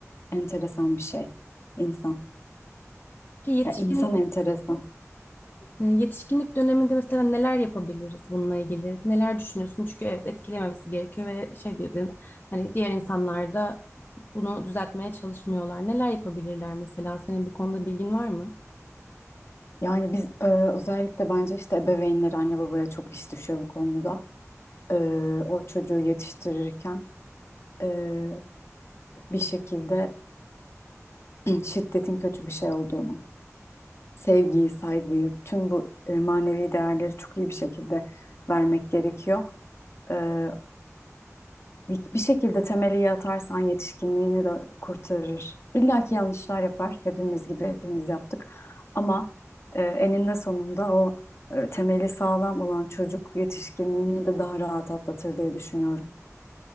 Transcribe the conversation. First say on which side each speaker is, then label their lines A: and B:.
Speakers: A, on the left (about 50°); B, on the left (about 35°).
A: enteresan bir şey insan.
B: Ki yetişkinlik
A: Ya insan enteresan.
B: E, Yetişkinlik döneminde mesela neler yapabiliriz bununla ilgili? Neler düşünüyorsun? Çünkü evet etkilememesi gerekiyor ve şey dedin hani diğer insanlar da bunu düzeltmeye çalışmıyorlar. Neler yapabilirler mesela? Senin bu konuda bilgin var mı?
A: Yani biz e, özellikle bence işte ebeveynler anne babaya çok iş düşüyor bu konuda. e, o çocuğu yetiştirirken e, bir şekilde <clears throat> şiddetin kötü bir şey olduğunu, sevgiyi, saygıyı, tüm bu e, manevi değerleri çok iyi bir şekilde vermek gerekiyor. E, bir, bir şekilde temeli iyi atarsan yetişkinliğini de kurtarır. İlla ki yanlışlar yapar, hepimiz gibi hepimiz yaptık. Ama e, eninde sonunda o e, temeli sağlam olan çocuk yetişkinliğini de daha rahat atlatır diye düşünüyorum.